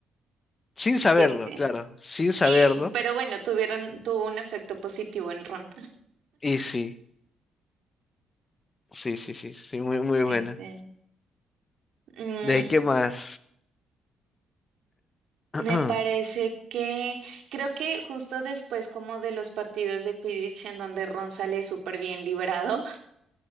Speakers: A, on the left; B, on the right.
A: Sin saberlo,
B: Sí, sí.
A: claro, sin saberlo.
B: Y, pero bueno, tuvieron, tuvo un efecto positivo en Ron.
A: Y sí, sí, sí, sí, sí, muy, muy
B: Sí,
A: buena.
B: sí. Mm,
A: De ahí, ¿qué más? <clears throat>
B: me parece que creo que justo después como de los partidos de Quidditch en donde Ron sale súper bien liberado,